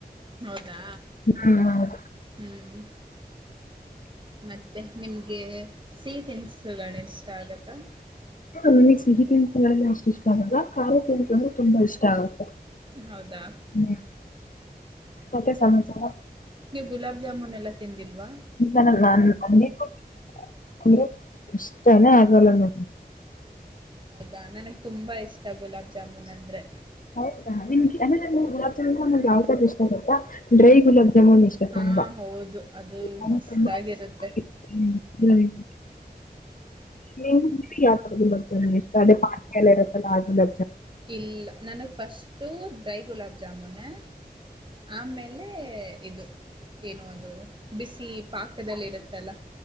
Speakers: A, on the right; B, on the left.
A: ಹೌದಾ
B: ಹ್ಮ್
A: ಹ್ಮ್ ಮತ್ತೆ ನಿಮ್ಗೆ ಸೀ ತನ್ಸುಗಳಿಷ್ಟ ಆಗತ್ತಾ
B: ನನಗೆ ಸಿಹಿ ತಿನ್ಸಗಳೆಲ್ಲ ಅಷ್ಟು ಇಷ್ಟ ಆಗಲ್ಲ ಖಾರ ತಿನ್ಸು ಅಂದ್ರೆ ತುಂಬಾ ಇಷ್ಟ ಆಗತ್ತೆ
A: ಹೌದಾ
B: ಹ್ಮ್ ಮತ್ತೆ ಸಮಚಾರ
A: ನೀವು ಗುಲಾಬ್ ಜಾಮೂನೆಲ್ಲಾ ತಿಂದಿಲ್ವಾ
B: ಗ ನಾನನ--ಅಂಗ್ಡಿಗೊಗ್ ಅಂದ್ರೆ ಇಷ್ಟಾನೇ ಆಗಲ್ಲ ನನ್ಗೆ
A: ಹೌದಾ ನನಗ್ ತುಂಬಾ ಇಷ್ಟ ಗುಲಾಬ್ ಜಾಮೂನಂದ್ರೆ
B: ಹೌದಾ ನಿಮ್ಗ್ ಹಂಗಂದ್ರೆ ಗುಲಾಬ್ ಜಾಮೂನ್ ಯಾವದಂಡ್ರಿಷ್ಟ ಇಷ್ಟ ಗೊತ್ತ ಡ್ರೈ ಗುಲಾಬ್ ಜಾಮೂನ್ ಇಷ್
A: ಹಾ
B: ತುಂಬ
A: ಹೌದು ಅದು
B: ನಾನು
A: ಮಸ್ತ್
B: ತುಂಬಾ
A: ಆಗಿರುತ್ತೆ
B: ಹ್ಮ ಹ್ಮ್ ನೀ ಯಾವ್ ತರ ಗುಲಾಬ್ ಜಾಮೂನ್ ಇಷ್ಟ ಅದೇ ಪಾಕ ಎಲ್ಲ ಇರತ್ತಲ್ಲ ಆ ಗುಲಾಬ್ ಜಾ
A: ಇಲ್ಲ ನನಗ್ ಫಸ್ಟು ಡ್ರೈ ಗುಲಾಬ್ ಜಾಮೂನೆ ಆಮೇಲೆ ಇದು ಏನು ಅದು ಬಿಸಿ ಪಾಕದಲ್ಲಿರುತ್ತಲ್ಲ